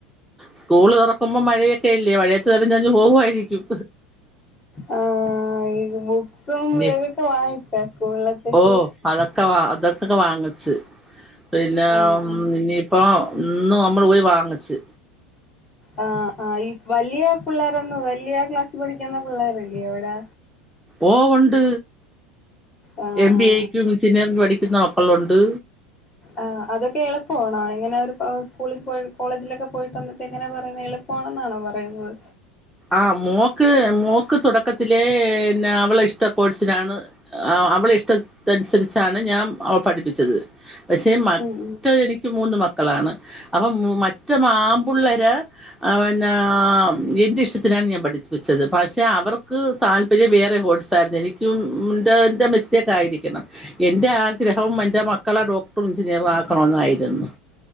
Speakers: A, in the centre; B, on the left.
A: സ്കൂള് തുറക്കുമ്പോ മഴയൊക്കെല്ലേ മഴയത്ത് നനഞ്ഞ് നഞ്ഞ് പോകുമായിരിക്കും
B: ആഹ് <unintelligible> ബുക്സും
A: ഇനി
B: വേഗൊക്കെ വാങ്ങിച്ച സ്കൂളിലത്തേക്ക്
A: ഓ അതൊക്കെ വ അതൊക്കൊക്കെ വാങ്ങിച്ച് പിന്നെ
B: ആ ആ
A: ഇനി ഇപ്പോ ഇന്ന് നമ്മള് പോയി വാങ്ങിച്ച്
B: ആഹ് ആഹ് ഈ വലിയ പിള്ളേരൊന്നു വലിയ ക്ലാസ്സിൽ പഠിക്കുന്ന പിള്ളേരില്ലേ അവിടെ
A: ഓ ഒണ്ട്
B: ആ
A: എം
B: ആ
A: ബി
B: ആ
A: എ ക്കും ഞ്ചിനീയറിന് പഠിക്കുന്ന മക്കളുണ്ട്
B: ആഹ് അതൊക്കെ എളുപ്പമാണോ എങ്ങനെ അവര് സ്കൂളിൽ പോയി കോളേജിലൊക്കെ പോയിട്ട് വന്നിട്ട് എങ്ങനെ പറയുന്ന് എളു പ്പാണ് എന്നാണോ പറയുന്നത്
A: ആഹ് മോക്ക് മോക്ക് തുടക്കത്തിലേന്നെ അവളെ ഇഷ്ട കോഴ്സിനാണ് ആഹ് അവളെ ഇഷ്ടത്തനുസരിച്ചാണ് ഞാൻ അവളെ പഠിപ്പിച്ചത് പക്ഷേ മറ്റ്
B: ഉം ഉം
A: എനിക്ക് മൂന്ന് മക്കളാണ് അപ്പം മറ്റ ആമ്പുള്ളേരെ പിന്ന ആം എന്റെ ഇഷ് ത്തിനാണ് ഞാൻ പഠിപ്പിച്ചത് പക്ഷെ അവർക്ക് താല്പര്യം വേറെ കോഴ്സായിരുന്നു എനിക്കും എ എന്റെ മിസ്- സ്‌റ്റൈക്കായിരിക്കണം എൻ്റെ ആഗ്രഹം എന്റെ മക്കളെ ഡോക്ടറും എഞ്ചിനീയറും ആക്കണന്നായിരുന്നു